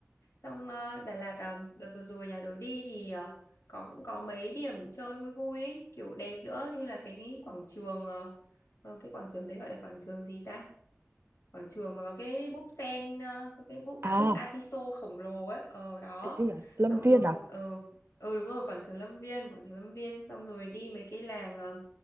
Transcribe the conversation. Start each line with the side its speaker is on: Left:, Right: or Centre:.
Left: Xong ờ, Đà Lạt, ờ, đợt vừa rồi nhà tôi đi thì ờ, có cũng có mấy điểm chơi vui vui ấy, kiểu đẹp nữa, như là cái quảng trường, ờ, ờ, cái quảng trường đấy gọi là quảng trường gì ta? Quảng trường mà có cái búp sen, ờ, có cái búp,
Right: à
Left: à búp Atiso khổng lồ ấy, ờ đó.
Right: cái gì à Lâm
Left: Xong
Right: Viên
Left: rồi,
Right: à
Left: ờ, ờ đúng rồi, quảng trường Lâm Viên, quảng trường Lâm Viên, xong rồi đi mấy cái làng, ờ,